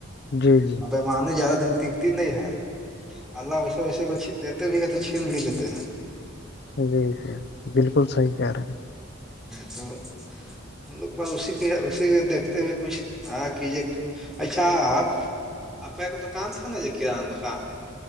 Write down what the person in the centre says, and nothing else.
وہاں نہیں زیادہ دن تکتی نہیں ہے اللہ ویسے کچھ دیتے بھی ہے تو چھین بھی لیتے ہیں
تو ہم لوگ کے پاس اسی کی اسی کے دیکھتے ہوئے کچھ آ کیجے اچھا آپ آپ کا دکان تھا نا یہ کررانا دکان